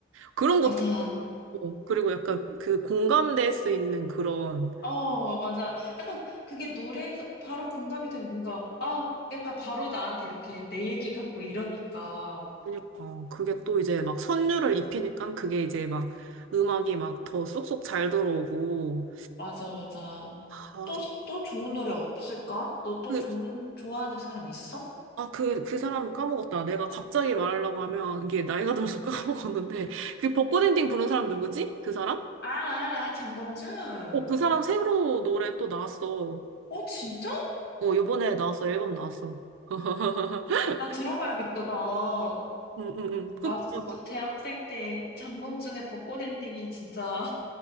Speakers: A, on the right; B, on the left.
A: 그런 것들
B: 맞아.
A: 있고 그리고 약간 그 공감될 수 있는 그런
B: 어, 맞아. 약간 그게 노래가 바로 공감이 되면 뭔가, 아, 약간 바로 나한테 이렇게 내 얘기 같고 이러니까.
A: 그러니까 그게 또 이제 막 선율을 입히니까 그게 이제 막 음악이 막 더 쏙쏙 잘 들어오고
B: 맞아, 맞아.
A: 아,
B: 또,
A: 저
B: 또 좋은 노래 없을까? 너 또
A: 그,
B: 좋은, 좋아하는 사람 있어?
A: 아, 그, 그 사람 까먹었다. 내가 갑자기 말하려고 하면 이게 나이가 들어서 <laughs> 까먹었는데 그 벚꽃 엔딩 부른 사람 누구지? 그 사람?
B: 아, 아, 아, 장범준.
A: 어, 그 사람 새로 노래 또 나왔어.
B: 어, 진짜?
A: 어, 요번에 나왔어. 앨범 나왔어. <laughs>
B: 나 들어봐야겠다. 나,
A: 응, 응, 응. 꼭
B: 나 진짜
A: 들어봐.
B: 대학생 때 장범준의 벚꽃 엔딩이 진짜